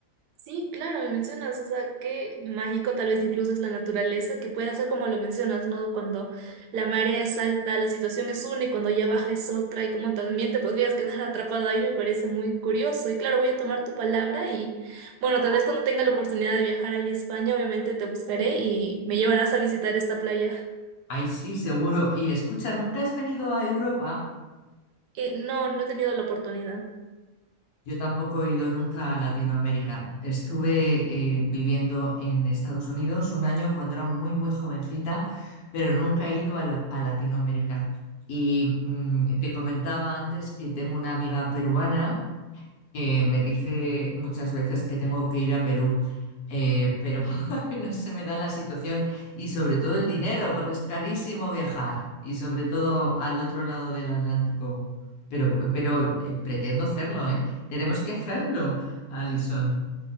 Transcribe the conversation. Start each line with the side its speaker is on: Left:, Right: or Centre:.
Right: Sí, claro, me mencionas, o sea, qué mágico tal vez incluso es la naturaleza, que puede hacer como lo mencionas, ¿no? Cuando la marea es alta, la situación es una y cuando ya baja es otra y como también te podrías quedar <laughs> atrapado ahí, me parece muy curioso. Y claro, voy a tomar tu palabra y bueno, tal vez cuando tenga la oportunidad de viajar ahí a España, obviamente te buscaré y me llevarás a visitar esta playa.
Left: Ay, sí, seguro. Y escucha, ¿nunca has venido a Europa?
Right: Eh, no, no he tenido la oportunidad.
Left: Yo tampoco he ido nunca a Latinoamérica. Estuve eh, viviendo en Estados Unidos un año cuando era muy, muy jovencita, pero nunca he ido a, lo- a Latinoamérica. Y mm, te comentaba antes que tengo una amiga peruana que me dice muchas veces que tengo que ir a Perú, eh, pero <laughs> no se me da la situación y sobre todo el dinero, porque es carísimo viajar y sobre todo al otro lado del Atlántico. Pero, pero eh, pretendo hacerlo, ¿eh? Tenemos que hacerlo, Alison.